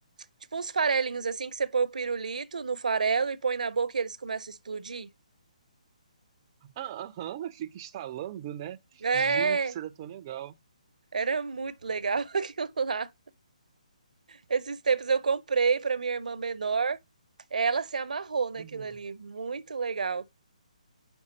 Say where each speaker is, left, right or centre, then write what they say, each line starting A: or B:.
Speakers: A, on the right (about 75°); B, on the right (about 30°).
A: tipo uns farelinhos assim que você põe o pirulito no farelo e põe na boca e eles começam a explodir.
B: Ah, aham, fica instalando, né?
A: É,
B: Gente, isso era tão legal.
A: era muito legal <laughs> aquilo lá. Esses tempos eu comprei para minha irmã menor. Ela se amarrou naquilo
B: Uhum.
A: ali. Muito legal.